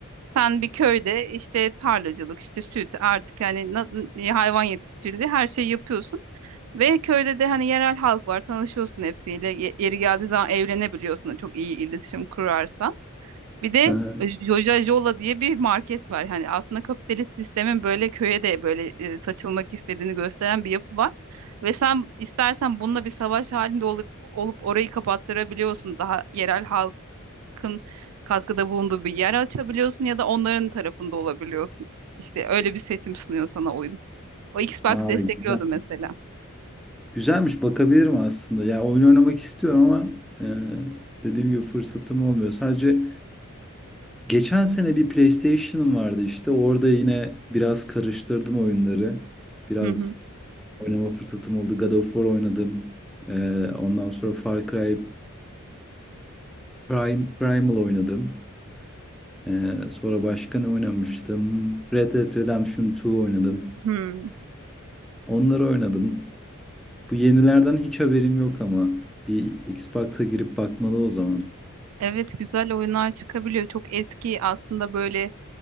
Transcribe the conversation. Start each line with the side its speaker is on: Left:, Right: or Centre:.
Right: sen bir köyde işte tarlacılık, işte süt artık yani na- e, hayvan yetiştiriciliği her şeyi yapıyorsun. Ve köyde de hani yerel halk var tanışıyorsun hepsiyle. Ye- Yeri geldiği zaman evlenebiliyorsun da çok iyi iletişim kurarsan. Bir de
Centre: Aha.
Right: e, Joja Jola diye bir market var. Hani aslında kapitalist sistemin böyle köye de böyle e, saçılmak istediğini gösteren bir yapı var. Ve sen istersen bununla bir savaş halinde olup olup orayı kapattırabiliyorsun. Daha yerel halk hakkın katkıda bulunduğu bir yer açabiliyorsun ya da onların tarafında olabiliyorsun. İşte öyle bir seçim sunuyor sana oyun. O Xbox
Centre: Vay
Right: destekliyordu
Centre: güzel.
Right: mesela.
Centre: Güzelmiş bakabilirim aslında. Ya oyun oynamak istiyorum ama e, dediğim gibi fırsatım olmuyor. Sadece Geçen sene bir PlayStation'ım vardı işte. Orada yine biraz karıştırdım oyunları. Biraz
Right: Hı hı.
Centre: oynama fırsatım oldu. God of War oynadım. Ee, ondan sonra Far Cry Prime, Primal oynadım. Ee, sonra başka ne oynamıştım? Red Dead Redemption 2 oynadım.
Right: Hı.
Centre: Onları oynadım. Bu yenilerden hiç haberim yok ama. Bir Xbox'a girip bakmalı o zaman.
Right: Evet güzel oyunlar çıkabiliyor. Çok eski aslında böyle